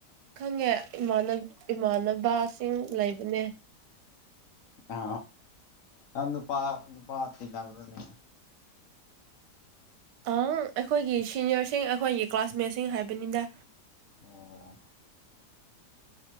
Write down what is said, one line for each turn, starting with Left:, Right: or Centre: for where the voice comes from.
Right: ꯈꯪꯉꯦ ꯏꯃꯥꯟꯅ ꯏꯃꯥꯟꯅꯕꯁꯤꯡ ꯂꯩꯕꯅꯦ꯫
Left: ꯑ ꯅꯪ ꯅꯨꯄꯥ ꯅꯨꯄꯥ ꯇꯤꯟꯅꯕ꯭ꯅꯦ꯫
Right: ꯑꯪ ꯑꯩꯈꯣꯏꯒꯤ ꯁꯤꯅꯤꯌꯔꯁꯤꯡ ꯑꯩꯈꯣꯏꯒꯤ ꯀ꯭ꯂꯥꯁꯃꯦꯠꯁꯤꯡ ꯍꯥꯏꯕꯅꯤꯗ꯫
Left: ꯑꯣ꯫